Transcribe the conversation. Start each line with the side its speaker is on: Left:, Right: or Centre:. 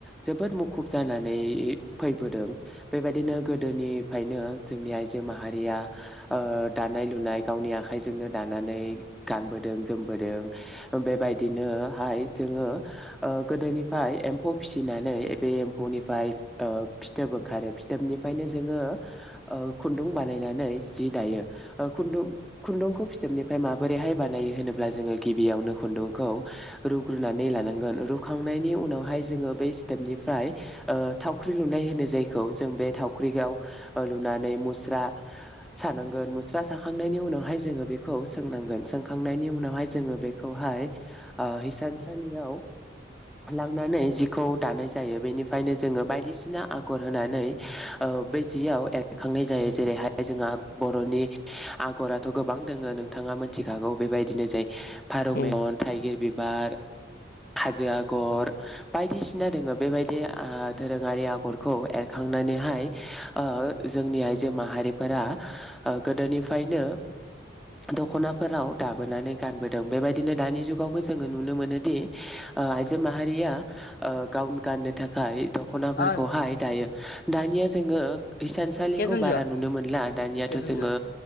Centre: जोबोद मुखुब जानानै फैबोदों बेबायदिनो गोदोनिफ्रायनो जोंनि आइजो माहारिया ओ दानाय लुनाय गावनि आखाइजोंनो दानानै गानबोदों जोमबोदों बेबायदिनोहाय जोङो गोदोनिफ्राय एम्फौ। फिसिनानै बे एम्फौनिफ्राय ओ फिथोब ओंखारो फिथोबनि बेनिखायनो जोङो ओ। खुन्दुं बानायनानै जि ओ दायो खुन्दुं खुन्दुंखौ फिथोबनिफ्राय माबोरैहाय। बानायो होनोब्ला जोङो गिबियावनो। खुन्दुंखौ रुग्रोननानै लानांगोन रुखांनायनि उनावहाय जोङो। बै इस्तेपनिफ्राय ओ थावख्रि लुनाय होनो जायखौ जों बे थाव फुख्रियाव लुनानै मुस्रा सानांगोन मु साखांनायनि उनावहाय जोङो बेखौ सोंनांगोनों सोंखां। खांनायनि उनावहाय जोङो बेखौहाय आ-हिसानसालियाव लांनानै जि खौ दानाय जायो बेनिफ्रायनो जोङो बायदिसिना आगर होनानै ओ-बे जियाव एरखांनाय जायो जेरैहाय जोंहा बर'नि आगराथ' गोबां दङ नोंथाङा मोन्थिखागौ बेबायदिनो फारौ
Left: उम
Centre: मेगन थाइगिर बिब बिबार हाजो आगर। बायदिसिना दोङो बेबायदि आ-दोरोङारि आगरखौ एरखांनानैहाय ओ-जोंनि आइजो माहारिफोरा गोदोनिफ्रायनो। दख'नाफोराव दाबोनानै गानबोदों बेबायदिनो दानि जुगावबो जोङो नुनो मोनोदि ओ आइजो माहारिया। ओ-गावनो गाननो थाखाय दख'नाफोरखौहाय
Left: ओइ
Centre: दायो दानिया जोङो। ओं हिसानसालिखौ
Left: केजन
Centre: बारा
Left: जोआ
Centre: नुनो मोनला दानियाथ'
Left: केजन
Centre: जोङो
Left: जोआ